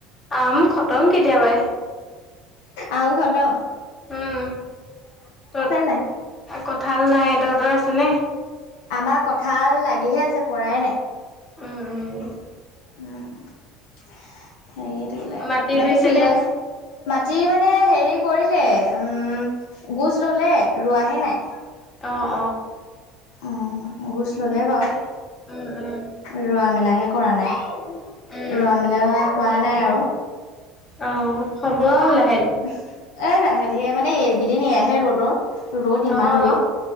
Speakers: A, on the left; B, on the left.
A: আম খতম কেতিয়াবাই।
B: আম খটম।
A: উম, তহত
B: নাই?
A: কঠাল নাই, তহঁতৰ আছে নে?
B: আমাৰ কঁঠাল লাগিহে আছে পৰাই নাই।
A: উম, উম,
B: উম, সেই দিলে
A: মাটি
B: বাকী
A: ৰুইছে
B: ফিল্ডলে
A: নে?
B: মাটি মানে হেৰি কৰিলে উম গুছ ললে ৰোৱাহে নাই?
A: অ', অ।
B: উম গোছ ললে বাৰু,
A: উম, উম,
B: ৰোৱা মেলাহে কৰা নাই।
A: উম,
B: ৰোৱা মেলা হোৱা নাই আৰু।
A: অ হ'ব আও লা
B: এ লাহে ধীৰে মানে এইকেইদিন এই আহে ৰ'দৰ ৰ'দ ইমান
A: অ',
B: ৰ'দ,